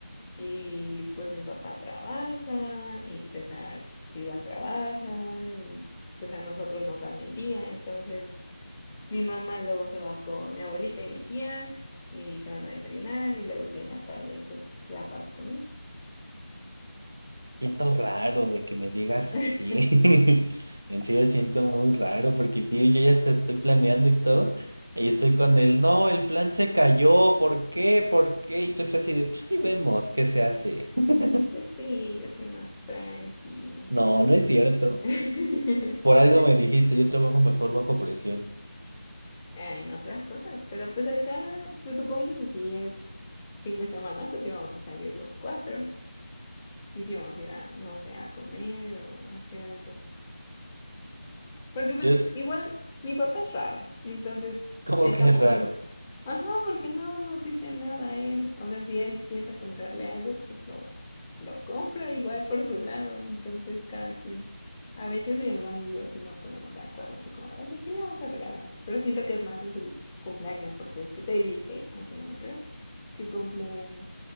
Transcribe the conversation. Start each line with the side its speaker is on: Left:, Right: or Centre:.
Left: Y pues mi papá trabaja y César pues igual trabaja y pues a nosotros nos dan el día. Entonces mi mamá luego se va con mi abuelita y mi tía y se van a desayunar y luego ya en la tarde pues la paso con él.
Right: siento raro de que me digas
Left: <laughs>
Right: así. <laughs> En serio, siento muy raro porque, tío, yo ya hasta estoy planeando y todo. Y estoy con él, no, el plan se cayó, ¿por qué? ¿Por qué? Y tú estás así de, pues ahí vemos, ¿qué se hace? <laughs>
Left: Pues sí, yo soy más tranqui.
Right: No, no es cierto.
Left: <laughs>
Right: Por algo me dijiste, yo trabajo mejor bajo presión.
Left: ah, en otras cosas, pero pues acá, pues supongo que si es fin de semana, pues íbamos a salir los cuatro y si íbamos a ir a, no sé, a comer o a hacer algo. Porque pues
Right: Yo,
Left: i- igual mi papá es raro, entonces
Right: como
Left: él
Right: que
Left: tampoco
Right: es raro.
Left: Ajá, porque no nos dice nada a él. O sea, si él piensa comprarle algo, pues lo, lo compra igual por su lado. Entonces, cada quien. A veces mi hermano y yo sí nos ponemos de acuerdo, así como de, oye, ¿qué le vamos a regalar? Pero siento que es más en sus cumpleaños, porque ves que te dije, aunque no me creas, que cumplen